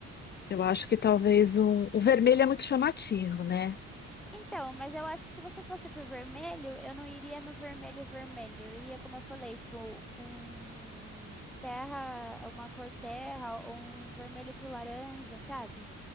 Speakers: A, on the left; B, in the centre.
A: eu acho que talvez um. O vermelho é muito chamativo, né?
B: Então, mas eu acho que se você fosse pro vermelho, eu não iria no vermelho vermelho. Eu iria, como eu falei, tipo, um terra, uma cor terra ou um vermelho pro laranja, sabe?